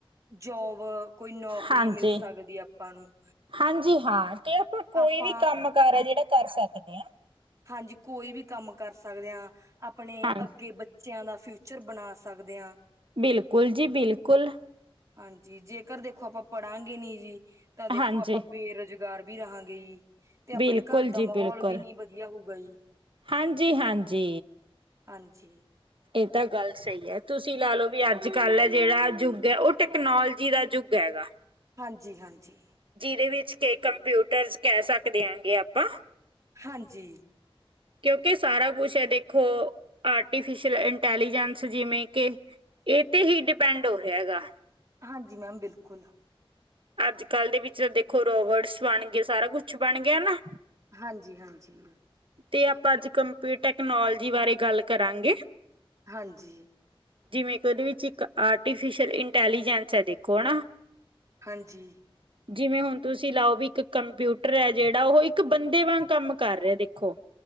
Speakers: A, on the right; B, on the right.
A: ਜੋਬ, ਕੋਈ ਨੌਕਰੀ
B: ਹਾਂਜੀ
A: ਮਿਲ ਸਕਦੀ ਆਪਾਂ ਨੂੰ
B: ਹਾਂਜੀ ਹਾਂ ਤੇ ਆਪਾਂ ਕੋਈ
A: ਆਪ ਆਪਾਂ
B: ਵੀ ਕੰਮ ਕਾਰ ਹੈ ਜਿਹੜਾ ਕਰ ਸਕਦੇ ਆਂ
A: ਹਾਂਜੀ ਕੋਈ ਵੀ ਕੰਮ ਕਰ ਸਕਦੇ ਆਂ, ਆਪਣੇ
B: ਹਾਂਜੀ
A: ਅੱਗੇ ਬੱਚ ਬੱਚਿਆਂ ਦਾ ਫਿਊਚਰ ਬਣਾ ਸਕਦੇ ਆਂ।
B: ਬਿਲਕੁਲ ਜੀ ਬਿਲਕੁਲ।
A: ਹਾਂਜੀ ਜੇਕਰ ਦੇਖੋ ਆਪਾਂ ਪੜਾਂਗੇ ਨੀ ਜੀ ਤਾਂ ਦੇਖੋ
B: ਹਾਂਜੀ
A: ਆਪਾਂ ਬੇਰੁਜ ਗਾਰ ਵੀ ਰਹਾਂਗੇ ਤੇ ਅਪਨੇ
B: ਬਿਲਕੁਲ
A: ਘਰ ਦਾ
B: ਜੀ
A: ਮਾਹੌਲ
B: ਬਿਲਕੁਲ
A: ਵੀ ਨੀ ਵਦੀਆ ਹੋਊਗਾ ਜੀ।
B: ਹਾਂਜੀ- ਹਾਂਜੀ।
A: ਹਾਂਜੀ।
B: ਈ ਤਾਂ ਗੱਲ ਸਹੀ ਐ ਤੁਸੀਂ ਲਾ ਲਓ ਵੀ ਅੱਜ-ਕੱਲ ਜੇੜਾ ਯੁੱਗ ਹੈ ਉਹ ਟੈਕਨੋਲੋਜੀ ਦਾ ਯੁੱਗ ਹੈਗਾ।
A: ਹਾਂਜੀ- ਹਾਂਜੀ।
B: ਜਿਦੇ ਵਿੱਚ ਕੇ ਕੰਪਿਊਟਰਸ ਕੈ ਸਕਦੇ ਆ ਗ ਆਪਾਂ।
A: ਹਾਂਜੀ।
B: ਕਿਉਂਕਿ ਸਾਰਾ ਕੁਛ ਐ ਦੇਖੋ ਆਰਟੀਫਿਸ਼ਲ ਇੰਟੈਲੀਜੈਂਸ ਜਿਵੇਂ ਕੇ ਏ ਤੇ ਹੀ ਡਿਪੈਂਡ ਹੋ ਰਿਆ ਹੈਗਾ।
A: ਹਾਂਜੀ ਮੈਮ ਬਿਲਕੁਲ।
B: ਅੱਜ ਕੱਲ ਦੇ ਵਿੱਚ ਤਾਂ ਦੇਖੋ ਰੋਬਰਟਸ ਬਨ ਗਏ ਸਾਰਾ ਕੁਛ ਬਨ ਗਿਆ ਨਾ।
A: ਹਾਂਜੀ- ਹਾਂਜੀ।
B: ਤੇ ਆਪਾਂ ਅੱਜ ਕੰਪਿਊਟਰ ਟੈਕਨੋਲੋਜੀ ਬਾਰੇ ਗੱਲ ਕਰਾਂਗੇ।
A: ਹਾਂਜੀ।
B: ਜਿਵੇਂ ਕਿ ਉਹਦੇ ਵਿੱਚ ਇੱਕ ਆਰਟੀਫਿਸ਼ਅਲ ਇੰਟੈਲੀਜੈਂਸ ਹੈ ਦੇਖੋ ਹੈ ਨਾ।
A: ਹਾਂਜੀ।
B: ਜਿਵੇਂ ਹੁਣ ਤੁਸੀਂ ਲਾਓ ਵੀ ਇੱਕ ਕੰਪਿਊਟਰ ਐ ਜਿਹੜਾ ਉਹ ਇੱਕ ਬੰਦੇ ਵਾਂਗ ਕੰਮ ਕਰ ਰਿਆ ਦੇਖੋ।